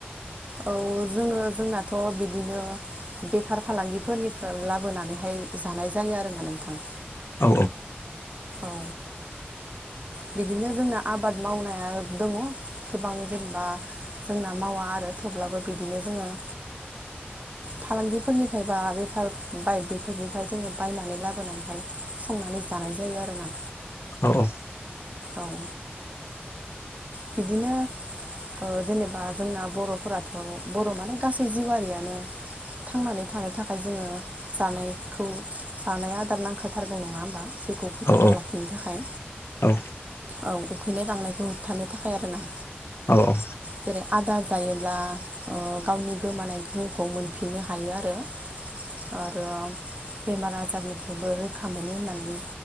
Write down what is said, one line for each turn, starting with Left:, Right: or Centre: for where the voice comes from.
Right: औ जोङो जोंनाथ' बिदिनो बेफार फालांगिफोरनिफ्राय लाबोनानै हाय जानाय जायो आरोना नोंथां
Left: औ
Right: औ बिदिनो जोंना आबाद मावनाया दङ गोबां जेनेबा जोंना मावा आरो थेवब्लाबो बिदिनो जोङो
Left: <inaudible>
Right: फालांगिफोरनिफ्राय बा बेफार बाय बेफोरनिफ्राय जोङो बायनानै लाबोनानैहाय संनानै जानाय जायो आरोना
Left: औ औ
Right: औउ बिदिनो ओ जेनेबा जोंना बर' फोराथ' बर' माने गासै जिउआरियानो थांनानै थानो थाखाय जोङो जानायखौ जानाय आदार नांखा थारगौ नङा होमबा जिउखौ फोथांना
Left: औ
Right: लाखिनो थाखाय
Left: औ
Right: औ उखैनाय गांनायखौ थानो थाखाय आरोना
Left: औ औ
Right: जेरै आदार अब्ला ओ गावनि गोमानाय गोहोखौ मोनफिननो हायो आरो आरो बेमार आजारनिफ्रायबो रैखा मोनो होननानै